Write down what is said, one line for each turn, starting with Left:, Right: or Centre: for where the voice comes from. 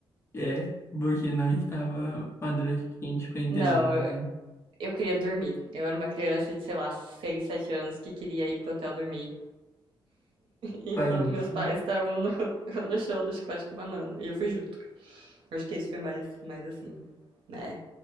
Left: É, porque não estava maduro o suficiente pra entender,
Right: Não, eu,
Left: né?
Right: eu queria dormir. Eu era uma criança de, sei lá, 6, 7 anos que queria ir pro hotel dormir. enquanto
Left: Faz muito
Right: meus
Left: sentido.
Right: pais estavam no, <laughs> no show do Chiclete com Banana. E eu fui junto. Acho que esse foi mais, mais assim, né?